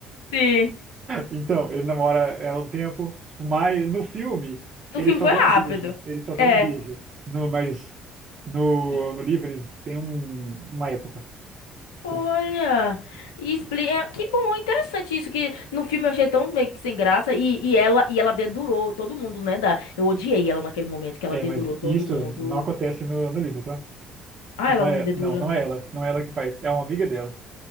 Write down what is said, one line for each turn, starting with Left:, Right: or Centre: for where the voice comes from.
Left: Sim.
Right: Então, ele namora ela um tempo. Tipo, mas no filme,
Left: No
Right: eles
Left: filme
Right: só
Left: foi
Right: dão um
Left: rápido.
Right: beijo. Eles só dão
Left: É.
Right: um beijo. No, mas no,
Left: E-
Right: no livro, eles têm um- uma época.
Left: Olha.
Right: Então,
Left: E explica... Que bom, interessante isso, que no filme eu achei tão meio que sem graça. E, e ela, e ela dedurou todo mundo, né? Da... Eu odiei ela naquele momento, que ela
Right: é,
Left: dedurou
Right: mas
Left: todo
Right: isso
Left: mundo.
Right: não acontece no, no livro, tá?
Left: Ah,
Right: Não
Left: ela
Right: é,
Left: não dedura.
Right: não, não é ela. Não é ela que faz. É uma amiga dela.